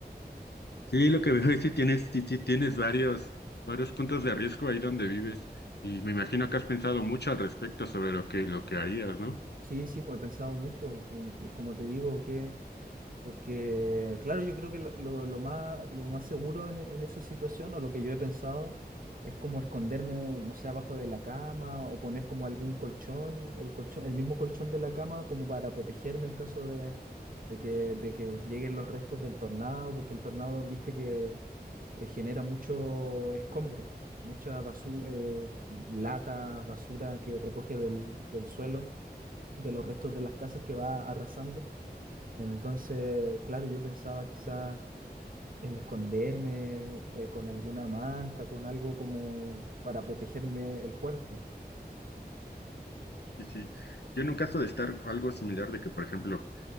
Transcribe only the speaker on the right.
Sí, sí, pues he pensado mucho, mm, como te digo, que Porque, claro, yo creo que lo, lo- lo más, lo más seguro en, en esa situación, o lo que yo he pensado, es como esconderme, no sé, abajo de la cama, o poner como algún colchón, el colchón, el mismo colchón de la cama, como para protegerme en caso de, de que, de que lleguen los restos del tornado, porque el tornado, viste que eh, genera mucho escombro, mucha basura, lata, basura que recoge del, del suelo, de los restos de las casas que va arrasando. Entonces, claro, yo pensaba quizá eh, esconderme eh, con alguna manta, con algo como para protegerme el cuerpo.